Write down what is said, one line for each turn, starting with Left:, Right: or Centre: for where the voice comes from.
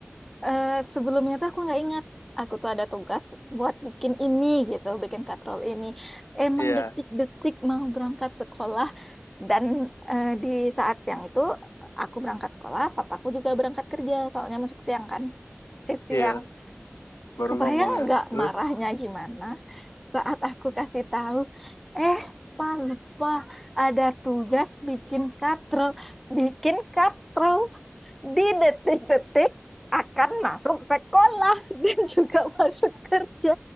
Centre: eh, sebelumnya tuh aku nggak ingat. Aku tuh ada tugas buat bikin ini gitu, bikin katrol ini. Emang
Left: iya
Centre: detik-detik mau berangkat sekolah dan eh, di saat siang itu aku berangkat sekolah, papaku juga berangkat kerja, soalnya masuk siang kan, shift siang.
Left: iya baru
Centre: Kebayang
Left: ngomong ya
Centre: nggak
Left: terus
Centre: marahnya gimana saat aku kasih tahu, eh, Pak lupa ada tugas bikin katrol, bikin katrol di detik-detik akan masuk sekolah <laughs> dan juga masuk kerja.